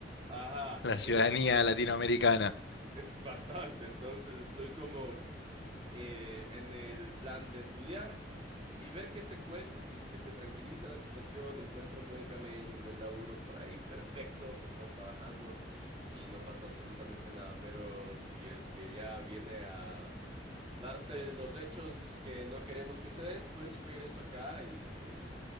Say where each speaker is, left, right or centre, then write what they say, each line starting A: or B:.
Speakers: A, on the right (about 30°); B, on the left (about 75°).
A: Ajá,
B: la
A: sí,
B: ciudadanía
A: sí, por...
B: latinoamericana.
A: es bastante, entonces estoy como eh, en el plan de estudiar y ver qué se cuece, si es que se tranquiliza la situación, encuentro un buen camello, un buen laburo por ahí, perfecto, me quedo trabajando y no pasa absolutamente nada, pero si es que ya viene a darse los hechos que no queremos que se den, pues regreso acá y pues